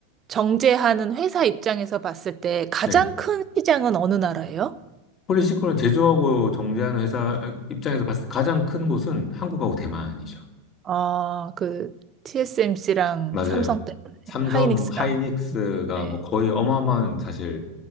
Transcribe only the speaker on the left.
네,
폴리시클론을 제조하고 정제하는 회사 입장에서 봤을 때 가장 큰 곳은 한국하고 대만이죠.
맞아요.
삼성,
하이닉스가
뭐 거의 어마어마한 사실